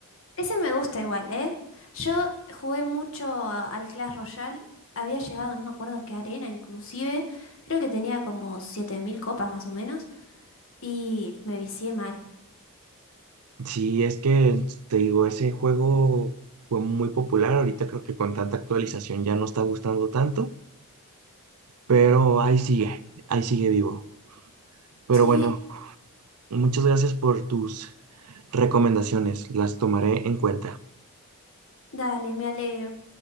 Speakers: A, on the left (about 60°); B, on the right (about 85°).
A: Ese me gusta igual, ¿eh? Yo jugué mucho a- al Clash Royale. Había llegado, no me acuerdo qué arena, inclusive. Creo que tenía como 7000 copas más o menos. Y me vicié mal.
B: Sí, es que te digo, ese juego fue muy popular. Ahorita creo que con tanta actualización ya no está gustando tanto, pero ahí sigue, ahí sigue vivo. Pero
A: Sí,
B: bueno, muchas gracias por tus recomendaciones, las tomaré en cuenta.
A: dale, me alegro.